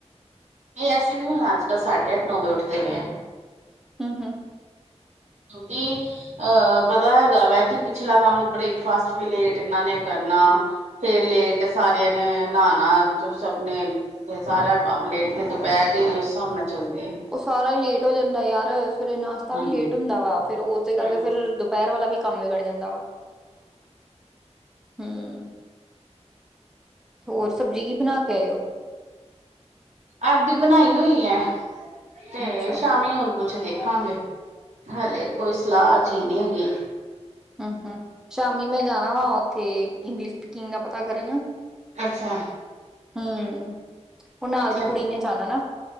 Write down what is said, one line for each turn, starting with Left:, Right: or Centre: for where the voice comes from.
Right: ਇਹ ਅਸੀ ਵੀ ਹੁਣ ਅੱਜ ਕੱਲ੍ਹ, ਸਾਢੇ ਅੱਠ ਨੌ ਵਜੇ ਉੱਠਦੇ ਪਏ ਆ।
Centre: ਹੂ ਹੂ
Right: ਕਿਉਂਕਿ ਅਹ ਪਤਾ ਹੈਗਾ ਵੈ ਕਿ ਪਿਛਲਾ ਕੰਮ ਬ੍ਰੇਕਫਾਸਟ ਵੀ ਲੇਟ ਇਹਨਾਂ ਨੇ ਕਰਨਾ, ਫੇਰ ਲੇਟ ਸਾਰਿਆਂ ਨੇ ਨਹਾਣਾ ਸਭ ਨੇ ਫੇਰ ਸਾਰਾ ਕੰਮ ਲੇਟ, ਫਿਰ ਦੁਪਹਿਰ ਦੀ ਉਸ ਹਿਸਾਬ ਨਾਲ ਚੱਲਦੀ
Centre: ਔ ਸਾਰਾ ਹੀ ਲੇਟ ਹੋ ਜਾਂਦਾ ਯਾਰ। ਅਸ ਫੇਰ, ਨਾਸ਼ਤਾ
Right: ਹੂੰ
Centre: ਵੀ ਲੇਟ ਹੁੰਦਾ ਵਾ। ਫੇਰ ਉਸੇ ਕਰਕੇ
Right: ਹੂੰ
Centre: ਫੇਰ ਦੁਪਹਿਰ ਵਾਲਾ ਵੀ ਕੰਮ ਵਿਗੜ ਜਾਂਦਾ ਵਾ। ਹਮ। ਤੇ ਹੋਰ ਸਬਜ਼ੀ ਕੀ ਬਣਾ ਕੇ ਆਇਓ?
Right: ਅਰਬੀ ਬਣਾਈ ਹੋਈ ਹੈ। ਤੇ,
Centre: ਅੱਛਾ
Right: ਸ਼ਾਮੀ ਹੁਣ- ਕੁਛ ਦੇਖਾਂਗੇ, ਹਲੇ ਕੋਈ ਸਲਾਹ ਜਿਹੀ ਨਹੀਂ ਹੈਗੀ।
Centre: ਹੂੰ-ਹੂੰ, ਸ਼ਾਮੀ ਮੈਂ <unintelligible> ਜਾਣਾ ਵਾ ਉੱਥੇ ਇੰਗਲਿਸ਼ ਸਪੀਕਿੰਗ ਦਾ ਪਤਾ ਕਰ ਨ।
Right: ਅੱਛਾ।
Centre: ਹੂੰ, ਹੁਣ ਨਾਲ
Right: ਕਿੱਥੇ
Centre: ਦੀ ਕੁੜੀ ਨੇ ਜਾਣਾ ਨਾ